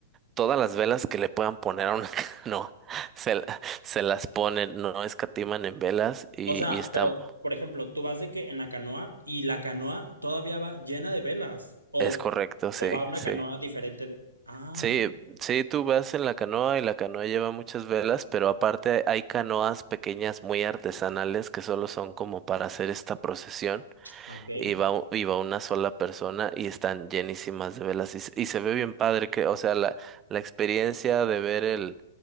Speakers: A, on the right; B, on the right.
A: todas las velas que le puedan poner a una <laughs> canoa, se, la- se las ponen, no escatiman en velas y,
B: O sea,
A: y está,
B: pero, por ejemplo, tú vas de que en la canoa y la canoa todavía va llena de velas. O,
A: es correcto, sí,
B: o va una
A: sí.
B: canoa diferente de. Ah,
A: Sí, sí, tú vas en la canoa y la canoa lleva muchas velas, pero aparte hay canoas pequeñas muy artesanales que solo son como para hacer esta procesión
B: ah, ok.
A: y va, u- y va una sola persona y están llenísimas de velas y, se- y se ve bien padre que, o sea, la, la experiencia de ver el